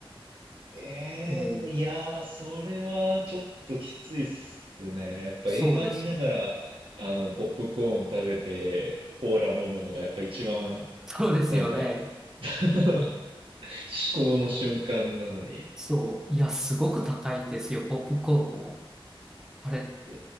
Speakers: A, on the right (about 60°); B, in the centre.
A: え
B: えー
A: えいやー、それはちょっときついっすね。やっぱ映画見ながら、
B: そうですね。
A: あの、ポップコーン食べて、コーラ飲むのがやっぱ一番、
B: そうですよね。
A: なんか <laughs> 至高の瞬間なのに。
B: そう、いや、すごく高いですよ、ポップコーンも。あれ、
A: え